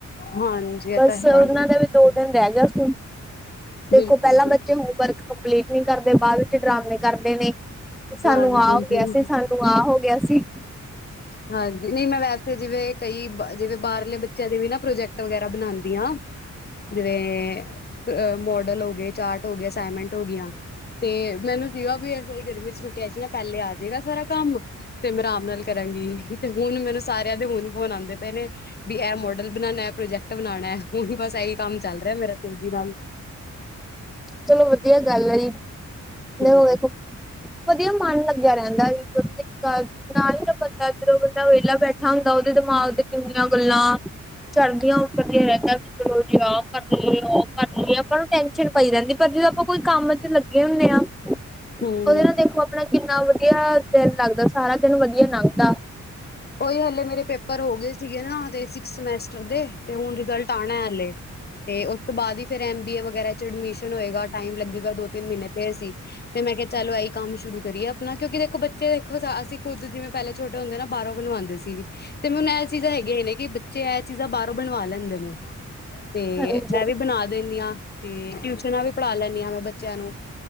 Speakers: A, on the left; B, in the centre.
A: ਹਾਂਜੀ ਇਹ
B: ਬਸ,
A: ਤਾਂ ਹੈ
B: ਉਹਨਾਂ
A: ਹੀ
B: ਦਾ ਵੀ ਦੋ ਦਿਨ ਰਹਿ ਗਿਆ ਸਕੂਲ ਦੇਖੋ
A: ਬਿਲਕੁਲ
B: ਪਹਿਲਾਂ
A: ਬਿਲਕੁਲ
B: ਬੱਚੇ ਹੋਮਵਰਕ ਕੰਪਲੀਟ ਨਹੀਂ ਕਰਦੇ, ਬਾਅਦ ਵਿੱਚ ਡਰਾਮੇ ਕਰਦੇ ਨੇ। ਸਾਨੂੰ
A: ਹਾਂਜੀ-ਹਾਂਜੀ,
B: ਆ ਹੋਗਿਆ ਸੀ, ਸਾਨੂੰ ਆਹ ਹੋਗਿਆ ਸੀ।
A: ਹਾਂਜੀ, ਨਹੀਂ ਮੈਂ ਵੈਸੇ ਜਿਵੇਂ ਕਈ ਜਿਵੇਂ ਬਾਹਰਲੇ ਬੱਚਿਆਂ ਦੇ ਵੀ ਨਾ ਪ੍ਰੋਜੈਕਟ ਵਗੈਰਾ ਬਣਾਂਦੀਆ ਜਿਵੇਂ ਮੋਡਲ ਹੋਗੇ, ਚਾਰਟ ਹੋਗੇ, ਅਸਾਈਟਮੈਂਟ ਹੋਗੀਆਂ। ਤੇ, ਮੈਨੂੰ ਸੀਗਾ ਵੀ ਇਸ ਵਾਰੀ ਗਰਮੀ'ਚ ਛੁੱਟੀਆ'ਚ ਨਾ ਪਹਿਲੇ ਆਜੇਗਾ ਸਾਰਾ ਕੰਮ, ਤੇ ਮੈਂ ਅਰਾਮ ਨਾਲ ਕਰਾਂਗੀ, ਤੇ ਹੁਣ ਮੈਨੂੰ ਸਾਰਿਆਂ ਦੇ ਹੁਣ ਫੋਨ ਆਂਦੇ ਪਏ ਨੇ। ਵੀ ਐ ਮੋਡਲ ਬਣਾਣਾ, ਐ ਪ੍ਰੋਜੈਕਟ ਬਣਾਣੈ। ਹੁਣ ਵੀ ਬਸ ਐਹੀ ਕੰਮ ਚੱਲ ਰਿਹਾ ਮੇਰਾ, ਤੇਜ਼ੀ ਨਾਲ।
B: ਚਲੋ ਵਧੀਆ ਗੱਲ ਐ ਜੀ,
A: ਹੂੰ,
B: ਹੋਵੇ ਵਧੀਆ ਮਨ ਲੱਗਿਆ ਰਹਿੰਦਾ ਵੀ ਨਾਲ ਈ ਨਾ ਬੰਦਾ, ਜਦੋਂ ਬੰਦਾ ਵਿਹਲਾ ਬੈਠਾ ਹੁੰਦਾ, ਉਹਦੇ ਦਿਮਾਗ ਤੇ ਕਿੰਨੀਆਂ ਗੱਲਾਂ ਚੜਦੀਆਂ-ਉੱਤਰਦੀਆਂ ਰਹਿੰਦਾ ਵੀ ਚਲੋ, ਜੀ ਆਹ ਕਰਲੀਏ, ਉਹ ਕਰਲੀਏ, ਆਪਾਂ ਨੂੰ ਟੈਂਸ਼ਨ ਪਈ ਰਹਿੰਦੀ, ਪਰ ਜਦੋਂ ਆਪਾਂ ਕੋਈ ਕੰਮ'ਚ ਲੱਗੇ ਹੁੰਨੇ ਆ
A: ਹੂੰ
B: ਉਹਦੇ ਨਾਲ ਦੇਖੋ ਆਪਣਾ ਕਿੰਨਾ ਵਧੀਆ ਦਿਲ ਲੱਗਦਾ, ਸਾਰਾ ਦਿਨ ਵਧੀਆ ਲੰਘਦਾ
A: ਓਈ, ਹਲੇ ਮੇਰੇ ਪੇਪਰ ਹੋ ਗਏ ਸੀਗੇ ਨਾ ਤੇ ਸਿਕ੍ਸ ਸਮੈ ਦੇ, ਤੇ ਹੁਣ ਰਿਜਲਟ ਆਣਾ ਹਲੇ, ਤੇ ਉਸ ਤੋਂ ਬਾਅਦ ਈ ਫਿਰ ਐਮ ਬੀ ਏ ਵਗੈਰਾ'ਚ ਐਡਮਿਸ਼ਨ ਹੋਏਗਾ, ਟਾਈਮ ਲੱਗੇਗਾ ਦੋ-ਤਿੰਨ ਮਹੀਨੇ ਫਿਰ ਸੀ। ਤੇ ਮੈਂ ਕਿਹਾ ਚਲ, ਇਹੀ ਕੰਮ ਸ਼ੁਰੂ ਕਰੀਏ‌ ਅਪਨਾ, ਕਿਉਂਕਿ ਦੇ ਇੱਕੋ ਬੱਚੇ ਦੇਖੋ ਅਸੀਂ ਕੁੱਦ ਜਿਵੇਂ ਪਹਿਲੇ ਛੋਟੇ ਹੁੰਦੇ ਨਾ, ਬਾਹਰੋਂ ਬਣਵਾਂਦੇ ਸੀ। ਤੇ ਮੈਂ ਹੁਣ ਐ ਚੀਜ਼ਾਂ ਹੈਗੀਆਂ ਈ ਨੇ, ਕਿ ਬੱਚੇ ਐ ਚੀਜ਼ਾਂ ਬਾਹਰੋਂ ਬਣਵਾ ਲੈਂਦੇ ਨੇ। ਤੇ,
B: ਹਾਂਜੀ
A: ਮੈਂ ਵੀ ਬਣਾ ਦਿੰਨੀ ਆ। ਤੇ ਟਿਊਸ਼ਨਾਂ ਵੀ ਪੜ੍ਹਾ ਲੈਂਦੀ ਹਾਂ, ਮੈਂ ਬੱਚਿਆਂ ਨੂੰ